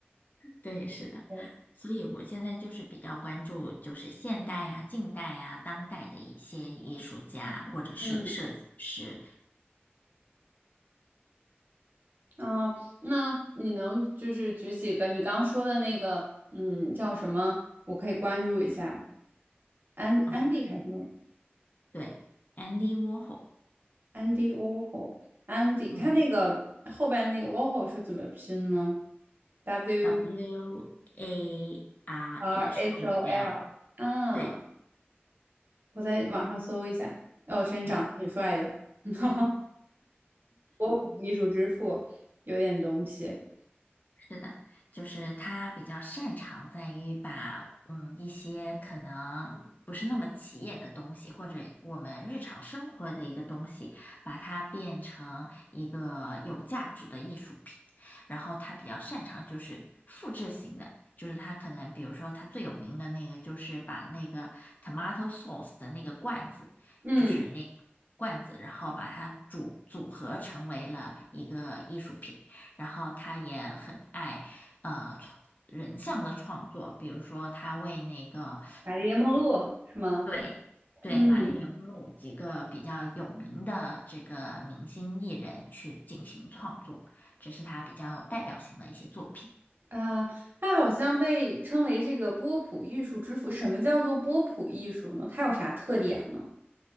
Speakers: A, on the left (about 45°); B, on the right (about 55°).
A: 对，是的，
B: 对，
A: 所以我现在就是比较关注，就是现代啊、近代啊、当代的一些艺术家或者是设计师。
B: 嗯，哦，那你能就是举几个你刚刚说的那个，嗯，叫什么？我可以关注一下。安安迪还是什么？
A: 嗯，对，Andy Warhol，
B: 安迪沃霍，安迪，
A: 嗯
B: 他那个后边那个沃霍是怎么拼呢？W
A: ，W A R
B: R H
A: H O
B: O L
A: L，
B: 啊，
A: 对，
B: 我在网上搜一下。哦，真长得挺帅的，
A: 嗯。
B: <laughs> 波普艺术之父，有点东西。
A: 是的，就是他比较擅长在于把嗯一些可能不是那么起眼的东西，或者我们日常生活的一个东西，把它变成一个有价值的艺术品。然后他比较擅长就是复制型的，就是他可能比如说他最有名的那个就是把那个 tomato sauce 的那个罐子，
B: 嗯，
A: 就是那个罐子，然后把它组组合成为了一个艺术品。然后他也很爱呃创人像的创作，比如说他为那个
B: 玛丽莲梦露是吗？
A: 对对玛丽莲梦露几个比较有名的这个明星艺人去进行创作，
B: 嗯。
A: 这是他比较有代表性的一些作品。
B: 啊，它好像被称为这个波普艺术之父。什么叫做波普艺术呢？它有啥特点呢？